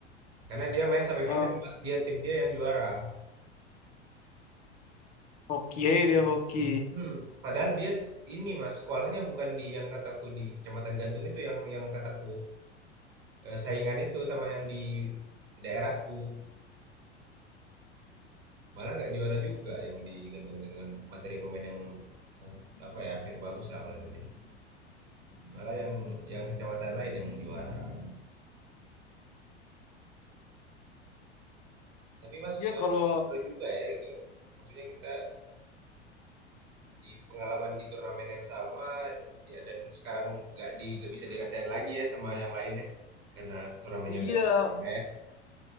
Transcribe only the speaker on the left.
Yang
hoki ya dia hoki.
Iya
kalau
iya